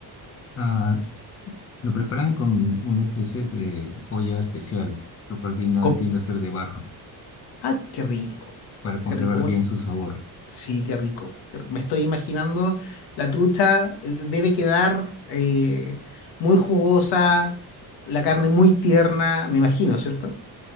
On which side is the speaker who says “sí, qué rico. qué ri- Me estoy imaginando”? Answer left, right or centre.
Left